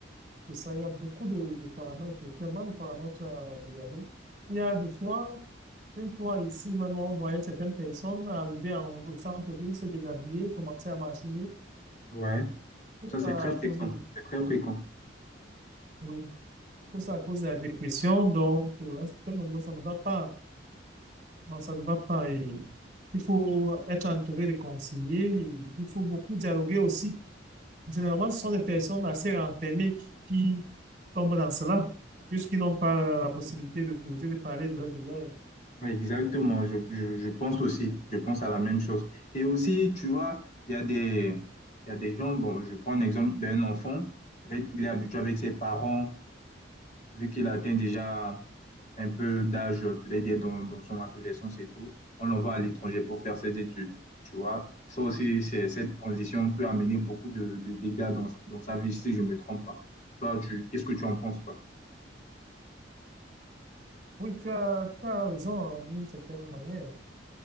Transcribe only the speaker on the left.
Ouais,
ça c'est
très
fréquent,
c'est très fréquent.
Ouais, Exactement, je, je, je pense aussi, je pense à la même chose. Et aussi, tu vois, il y a des, il y a des gens, bon, je prends l'exemple d'un enfant, il est il est habitué avec ses parents, vu qu'il atteint déjà un peu d'âge, euh, peut-être dans, dans son adolescence et tout, on l'envoie à l'étranger pour faire ses études, tu vois. Ça aussi, c'est- cette transition peut amener beaucoup de, de dégâts dans, dans sa vie, si je ne me trompe pas. Toi, tu, qu'est-ce que tu en penses, quoi?